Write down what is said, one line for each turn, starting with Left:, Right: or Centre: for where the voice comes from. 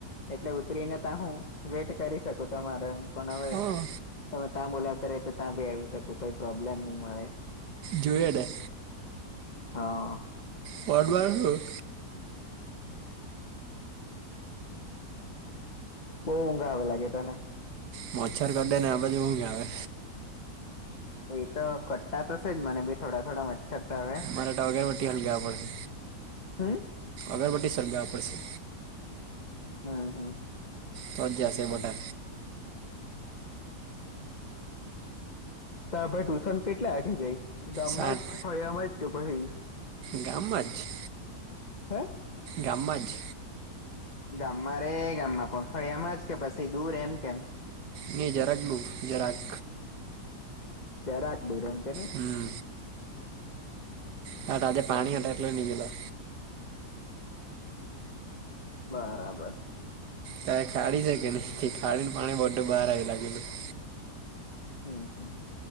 Left: એટલે ઉતરીને ત હું વેટ કરી શકું તમારે એમ પણ હવે
Right: હા
Left: તમે ત્યાં બોલાવતા રે તો ત્યાં ભી આવી શકો કોઈ પ્રોબ્લેમ નહી મળે.
Right: જુએતે.
Left: હા.
Right: પવાદ બોલુ.
Left: બહુ ઊંઘ આવે લાગે તને.
Right: મચ્છર કઢે ને એમજ ઉગે આવે.
Left: એ તો કટતા તોશે જ મને બી થોડા થોડા મચ્છર તો હવે.
Right: મારેટ અગરવટી હલગ પડશે
Left: હમ
Right: અગરવટી સળગાવવા પડશે.
Left: હા હમ.
Right: તોજશે માટો.
Left: ત ભાઈ ટુશન કેટલા લી જાય ગામમાં
Right: સાત
Left: ફળિયામાં જ પછી.
Right: ગામમાં જ.
Left: હે.
Right: ગામમાં જ
Left: ગામમાં રે ગામમાં પહફાળ એમજ કે પછી દૂર એમ કેમ.
Right: હી જરાક બુ જરાક.
Left: જરાક દુંરમ કેને
Right: હમ હા રાજજે પાણી હટાઇટલેલો નિની ગે
Left: બરાબર
Right: તારે ખાડી શકે નહી ખાડીને પાણી બધું બહાર આવી લાગેલું
Left: હમ હમ